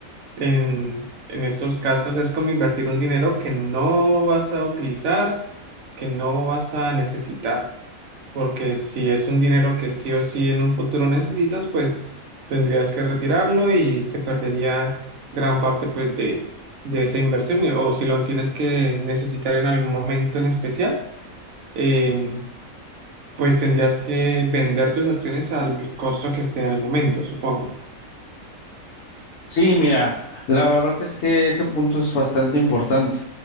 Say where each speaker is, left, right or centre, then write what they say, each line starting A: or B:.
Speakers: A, on the right; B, on the left.
A: en, en estos casos es como invertir un dinero que no vas a utilizar, que no vas a necesitar, porque si es un dinero que sí o sí en un futuro necesitas, pues tendrías que retirarlo y se perdería gran parte pues de, de esa inversión, y- o si lo tienes que necesitar en algún momento en especial, em, pues tendrías que vender tus acciones al costo que esté en el momento, supongo.
B: Sí, mira, la verdad es que ese punto es bastante importante.